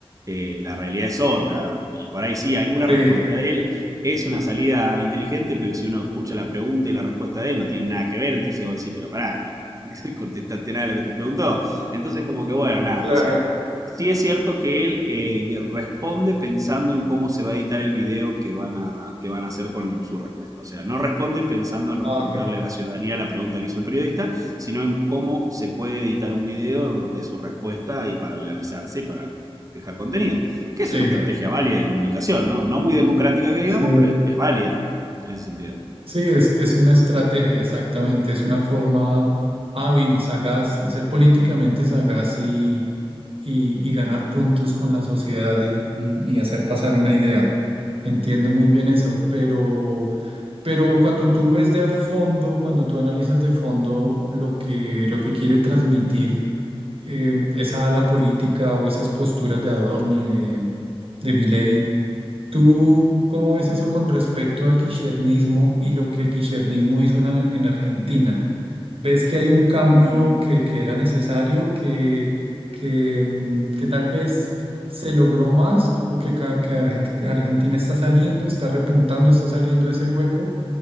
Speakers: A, on the right; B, on the right.
A: eh, la realidad es otra. Y por ahí sí, alguna
B: sí,
A: respuesta de él es una salida inteligente, pero si uno escucha la pregunta y la respuesta de él no tiene nada que ver, entonces vos decís, pero pará, no <laughs> no contestaste nada de lo que te preguntó. Entonces como que bueno, nada,
B: claro.
A: o sea, Sí es cierto que él eh, de- responde pensando en cómo se va a editar el video que van a, que van a hacer con su respuesta. O sea, no responde pensando en responderle
B: Ah, ok.
A: a la ciudadanía la pregunta que hizo el periodista, sino en cómo se puede editar un video de su respuesta y para viralizarse y para fijar contenido. Que es
B: Sí,
A: una estrategia válida de comunicación, ¿no? No muy democrática que digamos,
B: sí,
A: pero es, es válida en ese sentido.
B: sí, es, es una estrategia, exactamente. Es una forma hábil, sagaz, de ser políticamente sagaz y, y- y ganar puntos con la sociedad y, y- y hacer pasar una idea. Entiendo muy bien eso, pero, pero cuando tú ves de a fondo, cuando tú analizas de fondo lo que, lo que quiere transmitir eh, esa ala política o esas posturas de Adorni, de, de Milei, ¿Tú cómo ves eso con respecto al kirchnerismo y lo que el kirchnerismo hizo en, Ar- en Argentina? ¿Ves que hay un cambio
A: Ujú.
B: que, que era necesario, que, que, mm, que tal vez se logró más o que, ca- que Argen- Argentina está saliendo, está repuntando, está saliendo de ese hueco?